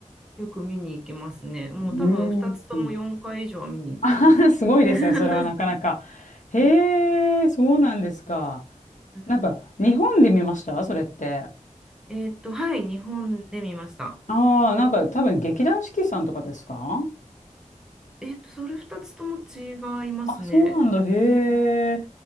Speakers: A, in the centre; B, on the left (about 70°).
A: ん。よく見に行きますね。もう多分2つとも4回以上は見に行ってます。
B: うん。<laughs> うんすごいですね。
A: <laughs>
B: それはなかなか。へえ、
A: うん
B: そうなんですか。
A: うん
B: なんか日本で見ましたそれって。
A: えっと、はい、日本で見ました。
B: ああ、なんか多分劇団四季さんとかですか
A: えっと、それ2つとも違いますね。
B: あ、そうなんだ。へえ。
A: うん。